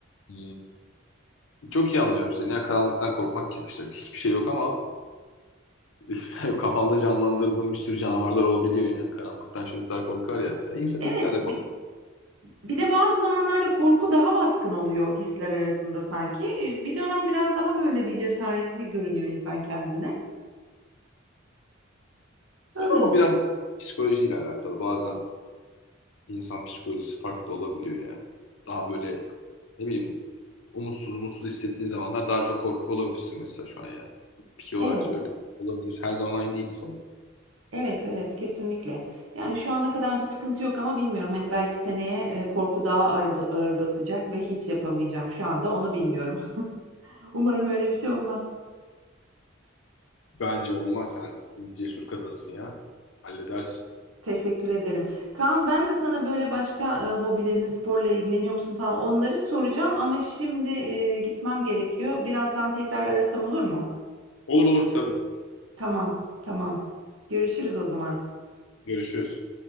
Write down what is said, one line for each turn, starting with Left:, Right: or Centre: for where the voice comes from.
Left: Hı. Çok iyi anlıyorum seni. Ya karanlıktan korkmak gibi işte. Hiçbir şey yok ama e, <laughs> kafanda canlandırdığın bir sürü canavarlar olabiliyor yani. Karanlıktan çocuklar korkar ya. Yani insan
Right: Evet,
Left: büyükler de korkar
Right: Bir de bazı zamanlarda korku daha baskın oluyor hisler arasında sanki. Eee, bir dönem biraz daha böyle bir cesaretli görünüyor insan kendine. Öyle.
Left: ama biraz psikolojiyle alakalı. Bazen insan psikolojisi farklı olabiliyor yani. Daha böyle ne bileyim umutsuz mutsuz hissettiğin zamanlar daha çok korkak olabilirsin mesela şu an yani. Piki olarak
Right: Evet.
Left: söylüyorum. Olabilir. Her zaman aynı değilsin.
Right: Evet, evet kesinlikle. Yani şu ana kadar bir sıkıntı yok ama bilmiyorum. Hani belki seneye, eee, korku daha ağır, ağır basacak ve hiç yapamayacağım. Şu anda onu bilmiyorum. <laughs> Umarım öyle bir şey olmaz.
Left: Bence olmaz. Sen cesur kadınsın ya. Halledersin.
Right: Teşekkür ederim. Kaan ben de sana böyle başka e, hobilerin sporla ilgileniyor musun falan onları soracağım ama şimdi e, gitmem gerekiyor. Birazdan tekrar arasam olur mu?
Left: Olur olur tabii.
Right: Tamam, tamam. Görüşürüz o zaman.
Left: Görüşürüz.